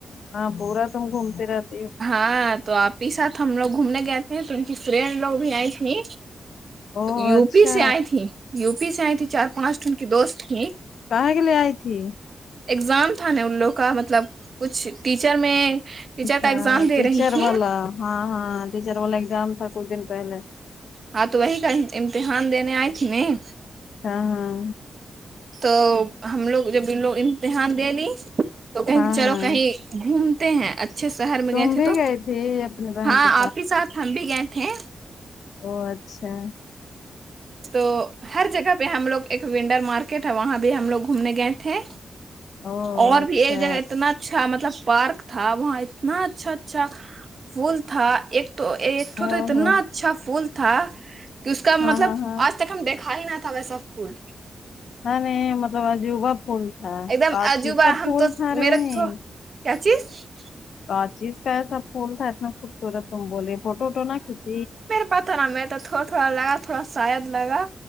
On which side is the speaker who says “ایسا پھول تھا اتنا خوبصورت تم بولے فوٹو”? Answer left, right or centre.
Left